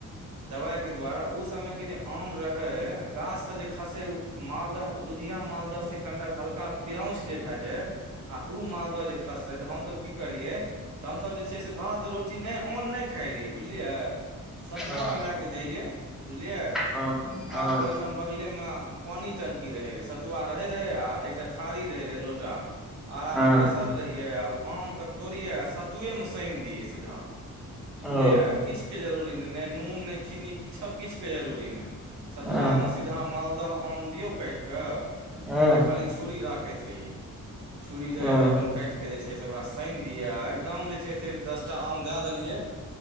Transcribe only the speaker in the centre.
हँ
हँ।
हँ
हँ
ओ
हँ
हँ
हँ